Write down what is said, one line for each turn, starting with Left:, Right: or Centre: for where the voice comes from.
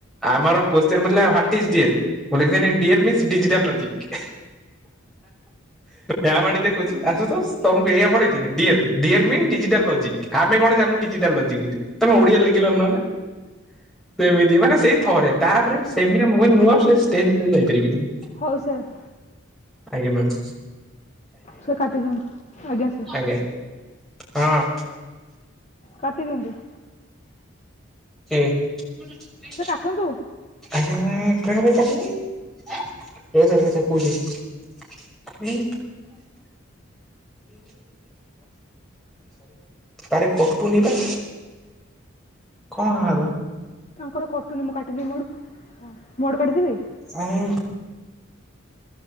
Centre: ଆମର କୋଶ୍ଚିନ୍ ପଡ଼ିଥିଲା ୱାଟ୍ ଇଜ୍ ଡିଲ୍ ମୁଁ ଲେଖିଦେନି ଡିଏଲ୍ ମିନ୍ସ୍ ଡିଜିଟାଲ୍ ଲଜିକ୍। ଏ ମାଣି ଦେଖୁଛି ଆସୁ ତୋଷ୍ ତମକୁ ଏଆ ପଢେଇ ତିନି ଡିଏଲ ଡିଏଲ୍ ମି ଡିଜିଟାଲ୍ ଲଜିକ୍ ଆମେ କଣ ଜାଣିନୁ ଡିଜିଟାଲ୍ ଲୋଜ୍ ବୋଲି। ତମେ ଓଡିଆ ଲେଖିଲନି ନହେଲେ। ସେମିତି ମାନେ ସେଇ ଥରେ ତାପରେ ସେମି ମୁ- ମୁଁ ଆଉ ଷ୍ଟେଜ୍ ଯାଇପାରିବିନି।
Left: ହଉ ସାର୍।
Centre: ଆଜ୍ଞା ମ୍ୟାମ୍।
Left: ସାର କାଟି ଦିଅନ୍ତୁ ଆଜ୍ଞା ସାର୍।
Centre: ଆ ହଁ।
Left: କାଟି ଦିଅନ୍ତୁ।
Centre: କିଏ? ହୁଁଁ।
Left: ସାର କାଟନ୍ତୁ।
Centre: <inaudible> <inaudible> ରି ତାରେ କଟୁନ ବା କଣ ଆ
Left: ତାଙ୍କର କଟୁନୀ ମୁଁ କାଟିଦେବି ମୋ ଆଡୁ ମୋ ଆଡୁ କାଟିଦେବି।
Centre: ଆରେ